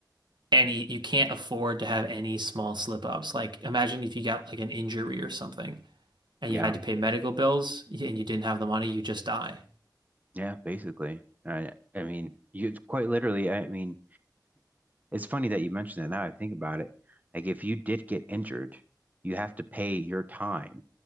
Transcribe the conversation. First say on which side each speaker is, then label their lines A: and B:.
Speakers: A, on the right; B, on the right.
A: any you can't afford to have any small slip ups. Like imagine if you got like an injury or something and
B: Yeah,
A: you had to pay medical bills and you didn't have the money, you just die.
B: yeah, basically. I I mean, you quite literally, I mean, it's funny that you mentioned that now I think about it. Like if you did get injured, you have to pay your time.